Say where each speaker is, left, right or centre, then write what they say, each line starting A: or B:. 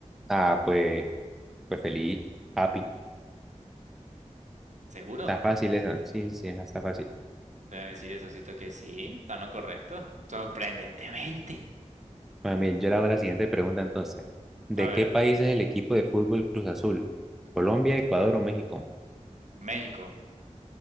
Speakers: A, in the centre; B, on the right.
A: Ah, pues, pues feliz, happy.
B: ¿Seguro?
A: Está fácil esa. Sí, sí, sí, esa está fácil.
B: Debe decir eso, que sí, está en lo correcto. Sorprendentemente.
A: Bueno, bien, yo le hago la siguiente pregunta entonces. ¿De
B: A ver,
A: qué país es el equipo de fútbol Cruz Azul? ¿Colombia, Ecuador o México?
B: México.